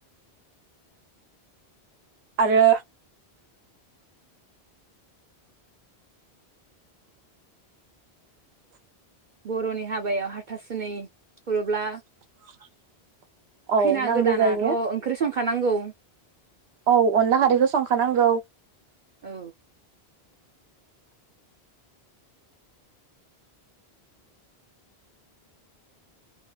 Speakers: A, on the right (about 80°); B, on the right (about 55°).
A: आरो
B: बर'नि हाबायाव हाथासुनै खुरोब्ला
A: <inaudible> औ
B: खैना
A: नांगौ
B: गोदानाथ'
A: जायो
B: ओंख्रि सं खानांगौ
A: औ अनला खारैखौ संखानांगौ।
B: औ